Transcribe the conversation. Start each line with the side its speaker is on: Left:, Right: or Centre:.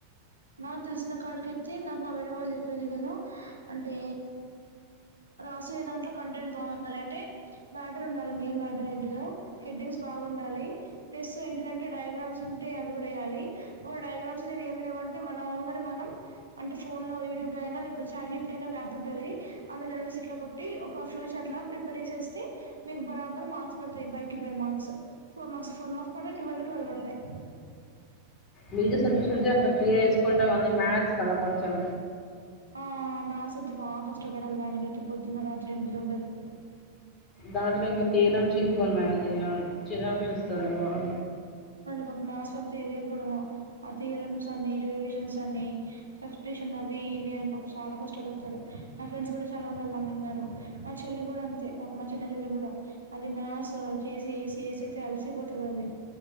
Right: ఆ తెలిసిన కాడికి ఎత్తే నాకు మా మేడ వాళ్ళు చూపింది కదా అంటే రాసయే దాంట్లో కంటెంట్ బాగుండాలి అంటే మ్యాటర్ ఉండాలి మెయిన్ మ్యాటర్ ఏంటినే హెడ్డింగ్స్ బాగుండాలి ప్లస్ ఏంటిదంటే డయాగ్రామ్స్ ఉంటే అవి కూడా వేయ్యాలి ఒక డయాగ్రామ్స్ లోవ ఏమి లేవు అంటే మనం అవునుగానే మనం అంటే ఫోన్ లో యూట్యూబ్ లో అయినా లేపో చా చెప్ట్ అయినా గయాప్ ఉంటంది అందులో ఎ సీట్ లో కొట్టి ఒక ఫ్లోష అట్లా ప్రిపేర్ చేసేస్తే మీకు బరాబర్ మార్క్స్ పడతాయి బైకిి by marks four marks for marks కూడా ట్వల్కి ట్వల్ పడుతయి
Left: మీజ సబ్జెక్ట్స్ ఉంచి అ క్లియర్ చేసుకుంటా కానీ మ్యాథస్ కదా కొంచెం
Right: ఆ మాసతి బాగా కష్టపడాలి దానిక అయితే పొద్దున్న రాత్రి ఎది ఉండదు
Left: దాంట్లో ఇంకా తీరం సి ఇంక్ ఉన్నాయి చిరాకు లేస్తుంది మరే
Right: పా మాయాథస్ వల్ తెరేయడడం ఆ థియరమ్స్ అన్ని డెరివేషన్స్ అని సబ్సన్ అవి ఇవి అని పాప చాలా కష్టపడతారు నా ఫ్రెండ్స్ కూడా చాలా మంది వెళ్ళమన్నారు మా చెల్లి కూడా అంతే పాప మా చిన్న చెల్లి కూడా అది మా్యాస్ చేసి అయితే అలిసిపోతుంది అది